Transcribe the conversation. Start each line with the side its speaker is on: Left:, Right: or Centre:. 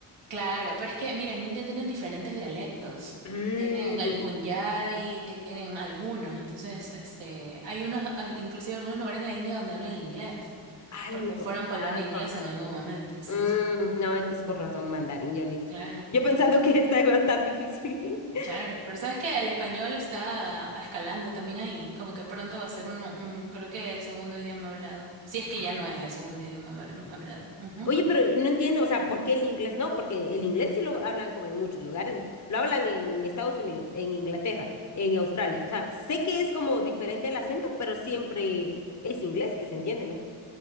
Right: Claro, pero es que, mira, en India tienen diferentes dialectos.
Left: Mm,
Right: Tienen el Punjabi, tienen algunos. Entonces, este, hay unos, al- inclusive algunos lugares en la India donde hablan inglés,
Left: ay,
Right: porque
Left: no.
Right: fueron colonia
Left: Ah,
Right: inglesa
Left: con razón.
Right: en algún momento. Sí,
Left: Mm,
Right: sí, sí.
Left: no, entonces con razón mandarín, Johnny.
Right: Claro.
Left: Yo pensando que esta iba a estar difícil. <laughs>
Right: Claro, pero sabes que el español está escalando también ahí, como que pronto va a ser uno, un, creo que el segundo idioma hablado, si es que
Left: Ah,
Right: ya no es el segundo idioma habl- más
Left: Mm.
Right: hablado. Ujú.
Left: Oye, pero no entiendo, o sea, ¿por qué el inglés no? Porque el inglés sí lo hablan como en muchos lugares, ¿no? Lo hablan en Estados Unidos, en Inglaterra, en Australia. O sea, sé que es como diferente el acento, pero siempre es inglés que se entiende, ¿no?